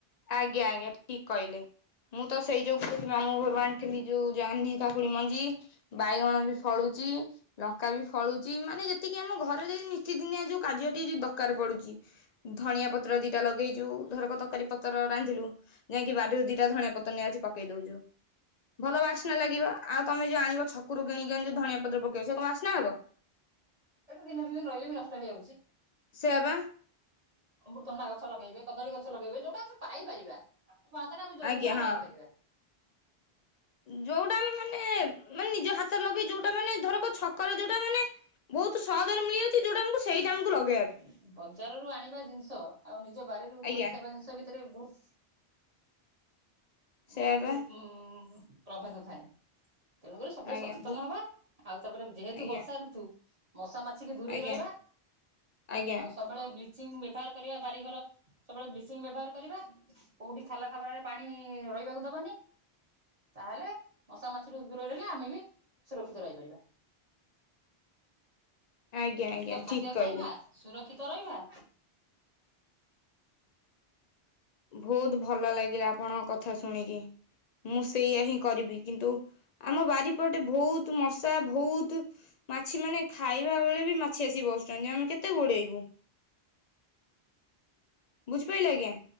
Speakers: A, on the left; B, on the right.
A: ଆଜ୍ଞା ଆଜ୍ଞା ଠିକ୍ କହିଲେ। ମୁଁ ତ ସେଇ ଯୋଉ ମାମୁଁ ଘରୁ ଆଣିଥିଲି ଯୋଉ ଜହ୍ନି କାକୁଡି ମଞ୍ଜି ବାଇଗଣ ବି ଫଳୁଚି। ଲଙ୍କା ବି ଫଳୁଚି ମାନେ ଯେତିକି ଆମ ଘରେ ଯଦି ନିତିଦିନିଆ ଯୋଉ କାର୍ଯ୍ୟଟି ଯୋଉ ଦରକାର ପଡୁଚି। ଧଣିଆ ପତ୍ର ଦିଟା ଲଗେଇଚୁ ଧର କ ତରକାରୀ ପତ୍ ତର ରାନ୍ଧିଲୁ ଯାଇଁକି ବାଡିରୁ ଦିଟା ଧଣିଆ ପତ୍ର ନେଇ ଆଉଚି ପକେଇ ଦଉଚୁ। ଭଲ ବାସ୍ନା ଲାଗିବ ଆଉ ତମେ ଯୋଉ ଆଣିବ ଛକୁରୁ କିଣିକିନି ଯୋଉ ଧଣିଆ ପତ୍ର ପକେଇବ ସେ କଣ ବାସ୍ନା ହବ?
B: ଏଇ ତ ଦିନେ ଦି ଦିନି ରହିଲେ ବି ନଷ୍ଟ ହେଇଯାଉଚି।
A: ସେୟା ବାଁ।
B: ଅମୃତଗଣ୍ଡା ଗଛ ଲଗେଇବେ କଦଳୀ ଗଛ ଲଗେଇବେ ଯୋଉଟା ଆମେ ପାଇପାରିବା ହାତ ପାହାଁତା ରେ ଆମେ ଯୋଉ
A: ଆଜ୍ଞା
B: ଜିନଷଟା
A: ହଁ
B: ପାଇପାରିବା।
A: ଯୋଉଟା ଆମେ ମାନେ ମାନେ ନିଜ ହାତରେ ଲଗେଇ ଯୋଉଟା ମାନେ ଧର କୋଉ ଛକରେ ଯୋଉଟା ମାନେ ବହୁତୁ ସହଜରେ ମିଳିଯାଉଚି ଯୋଉଟା ଆମୁକୁ ସେଇଟା ଆମକୁ ଲଗ
B: ହୁଁ ବଜାର ରୁ ଆଣିବା ଜିନଷ ଆଉ ନିଜ ବାରିରୁ
A: ଆଜ୍ଞା
B: ତୋଳି ଖାଇବା ଜିନଷ ଭିତରେ ବହୁତ
A: ସେୟା
B: ବହୁତୁ
A: ବା
B: ଉଁ ଉଁ ଉଁ ପ୍ରଭେଦ ଥାଏ। ତେଣୁକରି ସବୁବେଳେ
A: ଆଜ୍ଞା
B: ସଚେତନ
A: ଭୁ
B: ହବା ଆଉ ତାପରେ ଯେହେତୁ
A: ଆଜ୍ଞା
B: ବର୍ଷା ଋତୁ ମଶା ମାଛି କିି ଦୂରେଇ
A: ଆଜ୍ଞା
B: ରହିବା
A: ଆଜ୍ଞା
B: ଆଉ ସବୁ ବଳେ ବ୍ଲିଚିଂ ବ୍ୟବହାର କରିବା ବାରିଘର ସବୁବେଳେ ବ୍ଲିଚିଂ ବ୍ୟବହାର କରିବା। କୋଉଠି ଖାଲା ଖାବରାରେ ପାଣି ଇ ଇ ରହିବାକୁ ଦବନି। ତାହେଲେ ମଶା ମାଛିରୁୁ ଦୂରରେ ରହିବା ଆମେ ବି ସୁରକ୍ଷିତ ରହିପାରିବା।
A: ଆଜ୍ଞା
B: ସୁସ୍ଥ
A: ଆଜ୍ଞା
B: ଖାଦ୍ୟ
A: ଠିକ୍ କହିଲେ।
B: ଖାଇବା ସୁରକ୍ଷିତ ରହିବା?
A: ବହୁତ ଭଲ ଲାଗିଲା ଆପଣଙ୍କ କଥା ଶୁଣିକି ମୁଁ ସେଇଆ ହିଁ କରିବି କିନ୍ତୁ ଆମ ବାରିପଟେ ବହୁତ ମଶା ବହୁତୁ ମାଛି ମାନେ ଖାଇବା ବେଳେ ବି ମାଛି ଆସି ବସୁଚନ୍ତି ଆମେ କେତ କେତେ ଗୋଡେଇବୁ ବୁଝିପାଇଲେ ଆଜ୍ଞା।